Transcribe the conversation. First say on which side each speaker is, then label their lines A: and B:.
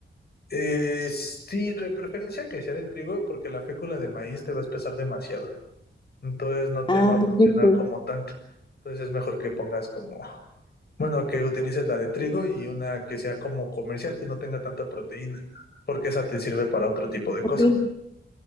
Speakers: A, on the left; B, on the left.
A: Eh, sí, de preferencia que sea de trigo, porque la fécula de maíz te va a espesar demasiado. Entonces no te
B: Ah,
A: va a funcionar
B: perfecto.
A: como tanto. Entonces es mejor que pongas como, bueno, que utilices la de trigo y una que sea como comercial, que no tenga tanta proteína, porque esa te sirve para otro tipo de cosas.
B: Ok,